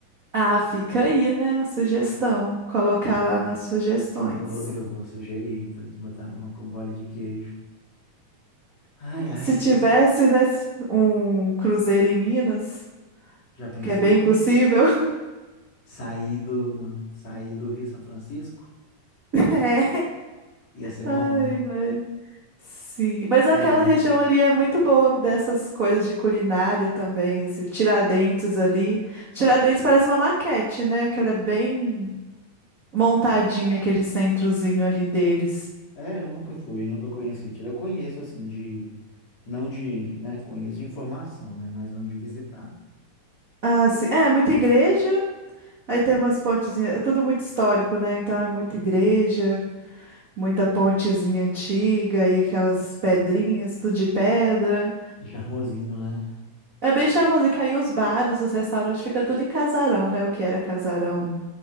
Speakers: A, on the right; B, on the left.
A: Ah, fica aí, né, a sugestão. Colocar lá nas sugestões.
B: Eu vou, eu vou sugerir para eles botarem um rocambole de queijo. Ai, ai,
A: Se tivesse,
B: mas
A: né, um cruzeiro em Minas,
B: já pensou?
A: que é bem possível.
B: Sair do, sair do Rio São Francisco?
A: <laughs> É.
B: Ia ser
A: Ai,
B: bom.
A: mas... Sim, mas aquela
B: É,
A: região ali é muito boa dessas coisas de culinária também, assim, Tiradentes ali. Tiradentes parece uma maquete, né? Que ela é bem montadinho aquele centrozinho ali deles.
B: é, eu nunca fui, nunca conheci. Tira, Eu conheço assim de, não de, né, conheço de informação, né, mas não de visitar.
A: Ah, sim. É, muita igreja, aí tem umas pontezinhas. É tudo muito histórico, né? Então é muita igreja, muita pontezinha antiga e aquelas pedrinhas, tudo de pedra.
B: Charmosinho, né?
A: É bem charmoso, que aí os bares, os restaurantes, fica tudo em casarão, né? O que era casarão.